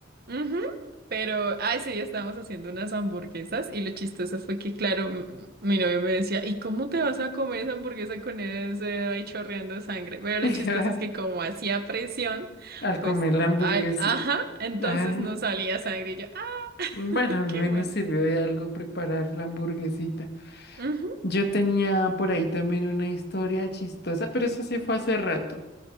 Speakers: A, on the right; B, on the left.
A: Ujú, Pero, ah, ese día estábamos haciendo unas hamburguesas y lo chistoso fue que, claro, m- mi novio me decía, ¿y cómo te vas a comer esa hamburguesa con ese dedo ahí chorreando sangre? Pero lo
B: <laughs>
A: chistoso es que como hacía presión,
B: Al
A: pues,
B: comer la hamburguesa.
A: ay, ajá, entonces
B: Ah,
A: no salía sangre y yo, ah,
B: bueno,
A: <laughs>
B: al
A: qué
B: menos
A: bueno.
B: sirvió de algo preparar la hamburguesita.
A: Ujú,
B: Yo tenía por ahí también una historia chistosa, pero eso sí fue hace rato.